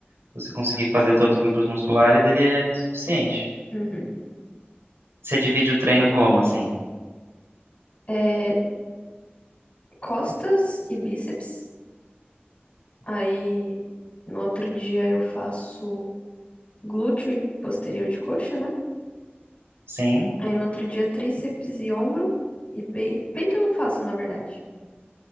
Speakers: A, on the right; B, on the left.
A: Se você conseguir fazer todos os grupos musculares, ele é suficiente.
B: Uhum.
A: Você divide o treino como, assim?
B: É, costas e bíceps. Aí no outro dia eu faço glúteo e posterior de coxa, né?
A: Sim.
B: Aí no outro dia tríceps e ombro e peito peito eu não faço, na verdade.